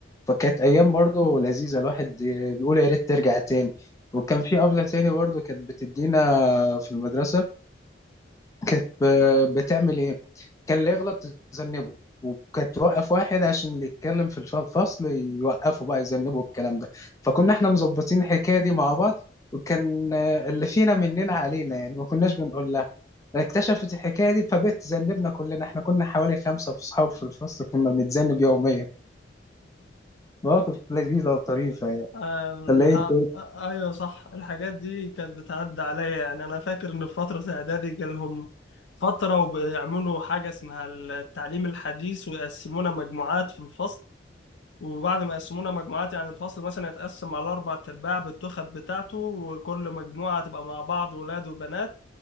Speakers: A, on the left (about 15°); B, on the left (about 75°).
A: فكانت أيام برضه لذيذة الواحد بيقول يا ريت ترجع تاني وكان في أبلة تاني برضه كانت بتدينا في المدرسة كانت ب- بتعمل إيه؟ كان اللي يغلط تذنبه وكانت توقف واحد عشان اللي يتكلم في الف- الفصل يوقفه بقى يذنبه الكلام ده فكنا احنا مظبطين الحكاية دي مع بعض وكان اللي فينا مننا علينا يعني ما كناش بنقول لها اكتشفت الحكايه دي فبقت تذنبنا كلنا احنا كنا حوالي خمسه في صحاب في الفصل كنا بنتذنب يوميا مواقف لذيذه وطريفه يعني
B: آه الح...
A: ولا ايه
B: آه
A: إنت؟
B: ايوه صح الحاجات دي كانت بتعدي عليا يعني انا فاكر ان في فترة اعدادي جالهم فترة وبيعملوا حاجة اسمها التعليم الحديث ويقسمونا مجموعات في الفصل وبعد ما يقسمونا مجموعات يعني الفصل مثلا يتقسم على أربع أرباع بالتخت بتاعته وكل مجموعة تبقى مع بعض ولاد وبنات